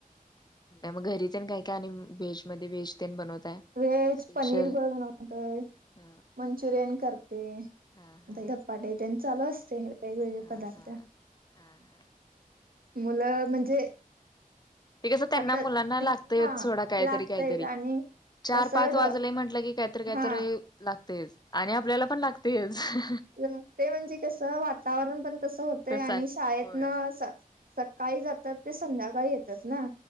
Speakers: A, on the left; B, on the right.
A: मग घरी तेन काय काय आणि व्हेजमध्ये व्हेज तेन बनवताय?
B: व्हेज
A: स्पेशल
B: पनीर ब बनवतोय.
A: ह
B: मंचुरियन करते
A: हा हा
B: दही धपाटे तेन चालू असतंय. वेगवेगळे
A: हा
B: पदार्थ,
A: हा हा हा
B: मुलं म्हणजे
A: ते कसं त्यांना
B: हातात
A: मुलांना लागतयचं
B: हा
A: सोडा काहीतरी
B: लागतयच
A: काहीतरी.
B: आणि
A: चार
B: कसं
A: पाच वाजलयं
B: ढ
A: म्हटलं की काहीतरी काहीतरी
B: हा
A: लागतयचं आणि आपल्याला पण लागतयचं.
B: ल ते म्हणजे कसं वातावरण पण तसं होतंय
A: तस
B: आणि
A: आहे
B: शाळेतन
A: होय
B: स सकाळी जातात ते संध्याकाळी येतात ना.